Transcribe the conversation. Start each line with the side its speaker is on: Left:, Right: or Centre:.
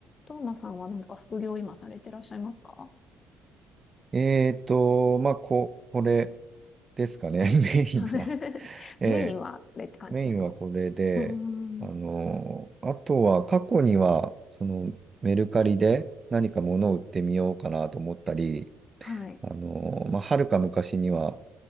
Left: トーマさんはなんか副業今されてらっしゃいますか
Right: えーと、まあ、こ、これですかね、<laughs> メインは。
Left: はい <laughs>
Right: ええ
Left: メインはこれって感じですか
Right: メインはこれで、
Left: うーん。
Right: あの、あとは過去には、そのメルカリで何か物を売ってみようかなと思ったり、
Left: はい。
Right: あの、まあ、はるか昔には、